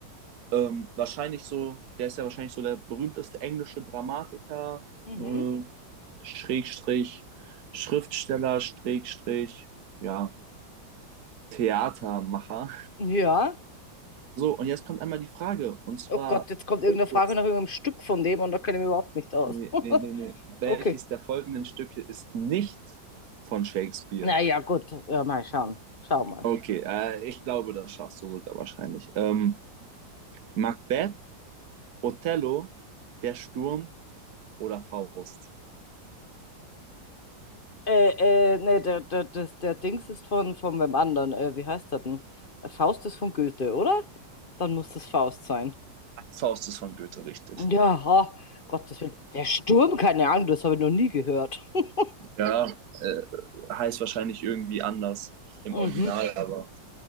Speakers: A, on the right (about 55°); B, on the left (about 40°).
A: ähm, wahrscheinlich so, der ist ja wahrscheinlich so der berühmteste englische Dramatiker,
B: mhm.
A: äh, Schrägstrich, Schriftsteller, Schrägstrich, ja, Theatermacher.
B: Ja.
A: So, und jetzt kommt einmal die Frage, und zwar,
B: Oh Gott, jetzt kommt
A: welches,
B: irgendeine Frage nach irgendeinem Stück von dem und da kenne ich mich überhaupt nicht aus.
A: nee,
B: <laughs>
A: nee, nee, nee, welches
B: Okay.
A: der folgenden Stücke ist nicht von Shakespeare?
B: Naja, gut. Ja, mal schauen. Schau mal.
A: Okay, äh, ich glaube, das schaffst du sogar wahrscheinlich. Ähm, Macbeth, Othello, Der Sturm oder Faust?
B: Äh, äh, nee, der, der, das, der Dings ist von, von meinem anderen. Äh, wie heißt der denn? Faust ist von Goethe, oder? Dann muss das Faust sein.
A: Faust ist von Goethe, richtig.
B: Ja, oh, Gottes Willen. Der Sturm, keine Ahnung, das habe ich noch nie gehört. <laughs>
A: Ja, äh, heißt wahrscheinlich irgendwie anders im
B: Mhm.
A: Original, aber